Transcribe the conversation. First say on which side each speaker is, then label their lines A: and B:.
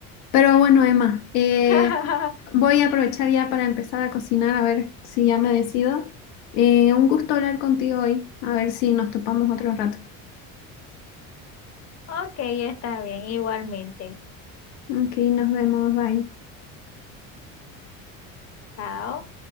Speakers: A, on the left; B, on the left.
A: Pero bueno, Emma, eh,
B: <laughs>
A: voy a aprovechar ya para empezar a cocinar, a ver si ya me decido. Eh, un gusto hablar contigo hoy, a ver si nos topamos otro rato.
B: Ok, está bien, igualmente.
A: Ok, nos vemos, bye.
B: Chao.